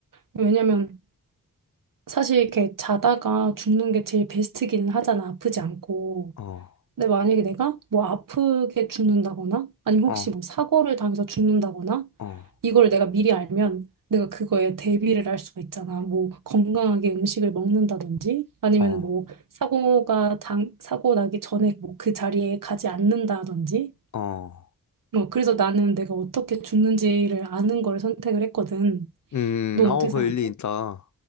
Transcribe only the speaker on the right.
왜냐면 사실 이렇게 자다가 죽는 게 제일 베스트기는 하잖아. 아프지 않고.
근데 만약에 내가 뭐 아프게 죽는다거나 아니면 혹시
뭐 사고를 당해서 죽는다거나
이걸 내가 미리 알면 내가 그거에 대비를 할 수가 있잖아. 뭐 건강하게 음식을 먹는다든지 아니면
뭐 사고가 당 사고 나기 전에 뭐 그 자리에 가지 않는다든지.
뭐 그래서 나는 내가 어떻게 죽는지를 아는 걸 선택을 했거든.
넌
어떻게
생각해?